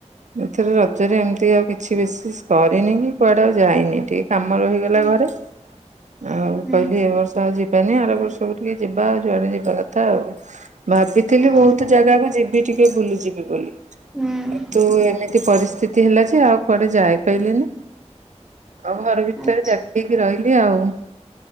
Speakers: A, on the right; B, in the centre.
A: ଏଥର ରଜରେ ଏମିତି ଆଉ କିଛି ବିଶେଷ କରିନି କି କୁଆଡେ ଆଉ ଯାଇନି ଟିକେ। କାମ ରହିଗଲା
B: ହୁଁ
A: ଘରେ ଆଉ
B: ହୁଁ
A: କହିଲି ଏ ବର୍ଷ ଆଜି ଜୀବନୀ ଆର ବର୍ଷକୁ ଟିକେ ଯିବା ଆଉ ଯୁଆଡେ ଯିବା କଥା ଆଉ ଭାବିଥିଲି
B: ହୁଁ
A: ବହୁତ ଜାଗାକୁ ଯିବି ଟିକେ ବୁଲି ଯିବି ବୋଲି କିନ୍ତୁ
B: ହୁଁ
A: ଏମିତି ପରିସ୍ଥିତି ହେଲା ଯେ ଆଉ କୁଆଡେ ଯାଇପାରିଲିନି। ଆଉ ଘର ଭିତରେ
B: ଆଚ୍ଛା
A: ଜାକି ହେଇକି ରହିଲି ଆଉ।